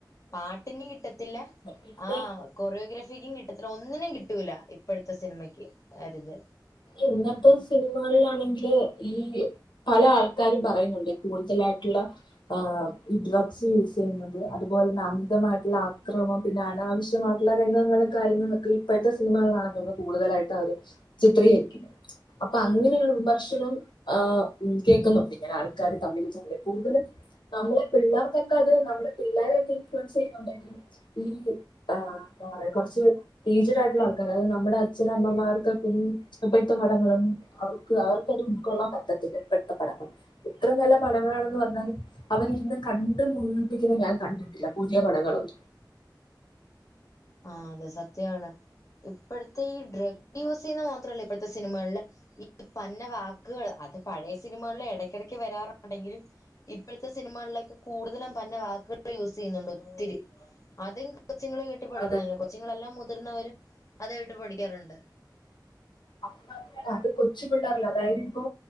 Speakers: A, on the left; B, on the left.
A: പാട്ടിന് കിട്ടത്തില്ലാ
B: പിന്നെ
A: ആഹ് കൊറിയോഗ്രാഫിക്കും കിട്ടത്തില്ല ഒന്നിനും കിട്ടൂലാ ഇപ്പഴ്ത്തെ സിനിമക്ക് ആ ഒരിത്
B: ഇന്നത്തെ സിനിമകളിലാണെങ്കില് ഈ പല ആൾക്കാരും പറയുന്നുണ്ട് കൂടുതലായിട്ടുള്ള ആഹ് ഈ ഡ്രഗ്സ് യൂസ് ചെയ്യുന്നത് അതുപോലെ തന്നെ അമിതമായിട്ടുള്ള അക്രമം പിന്നെ അനാവശ്യമായിട്ടുള്ള രംഗങ്ങളും കാര്യങ്ങളൊക്കെ ഇപ്പഴ്ത്തെ സിനിമകളാണെന്ന് തോനുന്നു കൂടുതലായിട്ട് അവര് ചിത്രീകരിക്കുന്നത് അപ്പൊ അങ്ങനെയുള്ള വിമർശനം ആഹ് ഉം കേൾക്കുന്നുണ്ട് ഇങ്ങനെ ആൾക്കാര് തമ്മിൽ തമ്മില് കൂടുതലും നമ്മളെ പിള്ളേർക്കൊക്കെ അത് നമ്മടെ പിള്ളോരെയൊക്കെ ഇൻഫ്ലുവൻസ് ചെയ്യുന്നുണ്ടെങ്കിൽ ഈ ആഹ് എന്താ പറയാ കൊറച്ച് എയിജ്ഡ് ആയിട്ടുള്ള ആൾക്കാര് അതായത് നമ്മടെ അച്ഛനും അമ്മമാർക്ക് പിൻ ഇപ്പഴ്ത്തെ പടങ്ങളും അവർക്ക് അവർക്കത് ഉൾക്കൊള്ളാൻ പറ്റത്തില്ല ഇപ്പഴ്ത്തെ പടങ്ങള് എത്ര നല്ല പടങ്ങളാണെന്ന് പറഞ്ഞാലും അവൻ ഇരുന്ന് കണ്ട് മുഴുമിപ്പിക്കുന്ന ഞാൻ കണ്ടിട്ടില്ലാ പുതിയ പടങ്ങളൊന്നും
A: ആ അതെ സത്യമാണ് ഇപ്പോഴത്തെ ഈ ഡ്രഗ് യൂസ് ചെയ്യുന്ന ളിലപ്പെടുത്ത സിനിമകില് ഈ പ്പന്ന വാക്കുകൾ അത് പഴയ സിനിമകളിൽ ഇടയ്ക്കിടയ്ക്ക് വരാറുണ്ടെങ്കിലും ഇപ്പോഴത്തെ സിനിമകളിലൊക്കെ കൂടുതലും പന്ന വാക്കുകൾ യൂസ് ചെയ്യുന്നുണ്ട് ഒത്തിരി അതും കൊച്ചുങ്ങൾ കേട്ട് പഠിക്കുന്നുണ്ട്
B: അതെ
A: കൊച്ചുങ്ങളെല്ലാം മുതിർന്നവരും അത് കേട്ട് പഠിക്കാറുണ്ട്
B: അത് മാത്രല്ല അത് കൊച്ചു പിള്ളേർല്ല അതായത് ഇപ്പൊ